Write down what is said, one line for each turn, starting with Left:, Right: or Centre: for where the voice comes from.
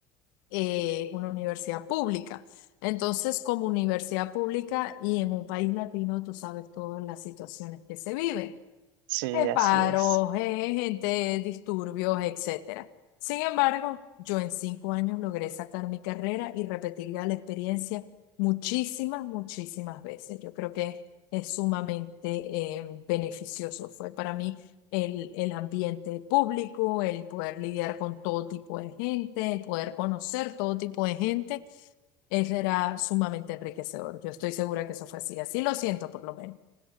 Left: eh, una universidad pública. Entonces, como universidad pública y en un país latino, tú sabes todas las situaciones que se viven
Right: Sí,
Left: eh,
Right: así
Left: paros,
Right: es.
Left: eh, gente, disturbios, etcétera. Sin embargo, yo en cinco años logré sacar mi carrera y repetiría la experiencia muchísimas, muchísimas veces. Yo creo que es sumamente eh, beneficioso. Fue para mí el, el ambiente público, el poder lidiar con todo tipo de gente, el poder conocer todo tipo de gente. Eso era sumamente enriquecedor. Yo estoy segura que eso fue así. Así lo siento, por lo menos.